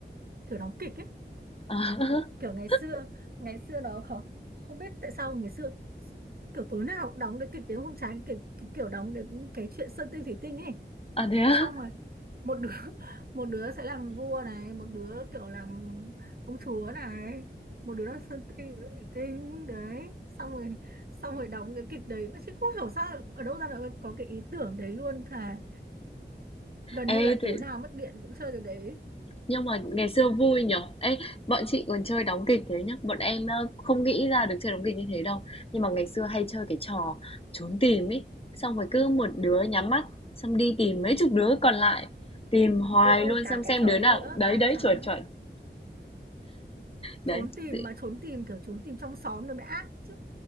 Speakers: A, on the right; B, on the left.
A: kiểu đóng kịch ấy
B: <laughs>
A: kiểu ngày xưa ngày xưa đó không không biết tại sao ngày xưa kiểu tối nào cũng đóng cái kịch tiếng hôm trái cái, cái kiểu đóng cái cái chuyện sơn tinh thủy tinh ấy
B: À, à thế á?
A: xong rồi một đứa <laughs> một đứa sẽ làm vua này một đứa kiểu làm công chúa này một đứa làm sơn tinh một đứa thủy tinh đấy xong rồi xong rồi đóng cái kịch đấy mà chị không hiểu sao ở đâu ra nó có cái ý tưởng đấy luôn thà gần
B: Ê,
A: như là
B: thế
A: tối nào mất điện cũng chơi cái đấy
B: Nhưng mà ngày xưa vui nhở Ê, bọn chị còn chơi đóng kịch thế nhá. Bọn em ờ, không nghĩ ra được chơi đóng kịch như thế đâu. Nhưng mà ngày xưa hay chơi cái trò trốn tìm ấy. Xong rồi cứ một đứa nhắm mắt, xong đi tìm mấy chục đứa còn lại. Tìm hoài
A: ừ ừ
B: luôn
A: cả
B: xem
A: cái
B: xem
A: trò
B: đứa
A: đấy
B: nào.
A: nữa
B: Đấy,
A: cả
B: đấy,
A: cái trò
B: chuẩn,
A: đấy nữa
B: chuẩn. Đấy.
A: trốn tìm
B: tự-
A: mà trốn tìm kiểu trốn tìm trong xóm nữa mới ác chứ